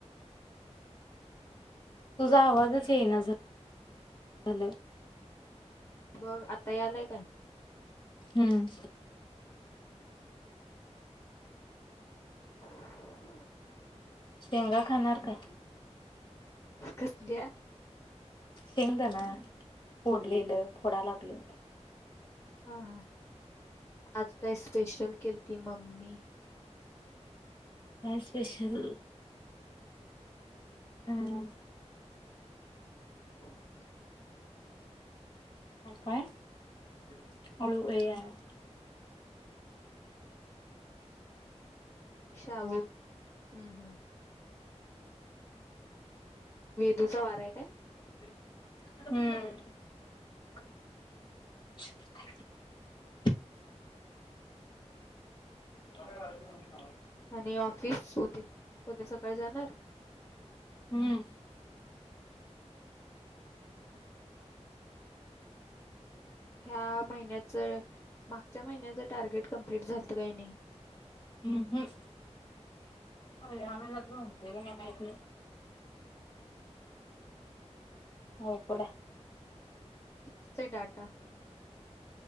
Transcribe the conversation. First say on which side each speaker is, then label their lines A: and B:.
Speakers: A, on the left (about 25°); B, on the left (about 45°).
A: हम्म.
B: तुझा आवाजच येत नाही ना, झा झा.
A: ग आता यायला काय?
B: हम्म.
A: ह.
B: शेंगा खाणार का?
A: कसल्या?
B: शेंगदाणा. फोडलेलं फोडायला य.
A: हा हा आज काय स्पेशल केलं ते मम्मीने? <inaudible>
B: काय स्पेशल आहे.
A: ह.
B: काय झालं?
A: शाबू हम्म हम्म वेदूचा वारा आहे काय
B: हम्म अरे <inaudible>
A: आणि ऑफिस उद्या सकाळी कळ जाणार
B: हम्म
A: ह्या महिन्या चळ मागच्या महिन्याचं टार्गेट कंप्लीट झालंतं काय नाही
B: हम् हम् हो होते मा <inaudible> हो कड <inaudible>
A: कितीचे डाटा